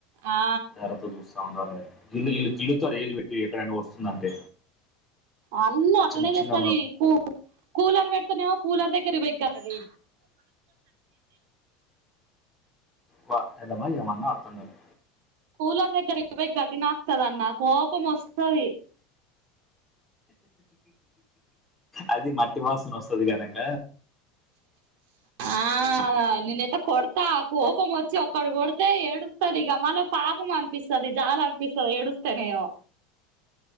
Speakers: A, on the right; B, in the centre.
A: ఆ
B: ఎరతో చూస్తా ఉండాలె జిల్లుల్ జిల్లుతో రైలు పెట్టి ఎక్కడైనా వస్తుందంటే
A: అన్నీ
B: ఆ
A: అట్లనే
B: చిన్న
A: చేస్తది
B: చిన్న
A: కూ కూలర్ పెడుతేనే కూలర్ దగ్గర వక్కదితే
B: వా ఎటమ్మా ఎవన్నా అర్థం కాదు
A: కూలర్ దగ్గరకి పోయ్ గటిన కదా అన్న కోపమొస్తది
B: అది మట్టి వాసన వస్తది గనక
A: ఆ ఆ నేనైతే కొడతా కోపం వచ్చి ఒక్కడు కొడితే ఏడుస్తుంది ఇగ మళ్ల పాపం అనిపిస్తది జాల అనిపిస్తది ఎడుస్తనేమో